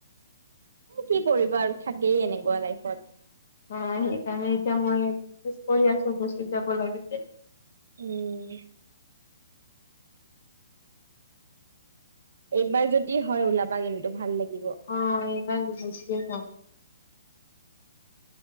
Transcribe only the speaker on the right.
কি কৰিবা আৰু থাকেই এনেকুৱা লাইফত,
উম, এইবাৰ যদি হয় ওলাবা কিন্তু ভাল লাগিব।